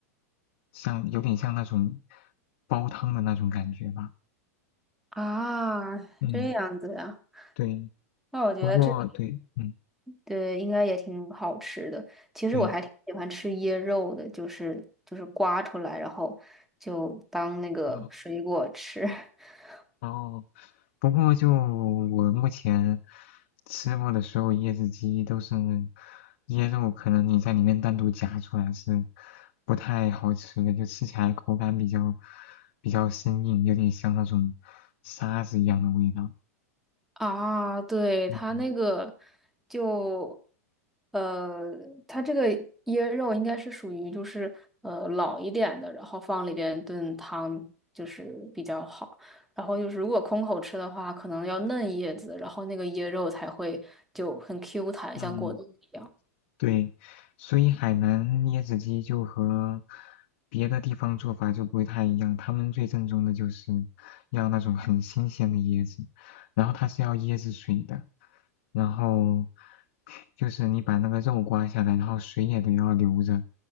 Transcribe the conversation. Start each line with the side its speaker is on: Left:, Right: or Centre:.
Left: 像有点像那种煲汤的那种感觉吧。
Centre: 啊，
Left: 嗯，
Centre: 这样子呀，
Left: 对。
Centre: 那我觉得这。
Left: 不哦，
Centre: 个。
Left: 过对，嗯
Centre: 对，应该也挺好吃的。
Left: 对不过对嗯
Centre: 其实我还挺喜欢吃椰肉的，就是就是刮出来，然后就当那个水果吃。
Left: 对
Centre: <laughs>
Left: 哦，不过就我目前吃过的所有椰子鸡都是椰肉，可能你在里面单独夹出来是不太好吃的，就吃起来口感比较比较生硬，有点像那种沙子一样的味道。
Centre: 啊，对，
Left: 嗯
Centre: 它那个就，呃，它这个椰肉应该是属于就是呃老一点的，然后放里边炖汤就是比较好。然后就是如果空口吃的话，可能要嫩叶子，然后那个椰肉才会就很 Q 弹，
Left: 嗯，
Centre: 像果冻一样。
Left: 对，所以海南椰子鸡就和别的地方做法就不会太一样。他们最正宗的就是要那种很新鲜的椰子，然后它是要椰子水的，然后就是你把那个肉刮下来，然后水也得要留着，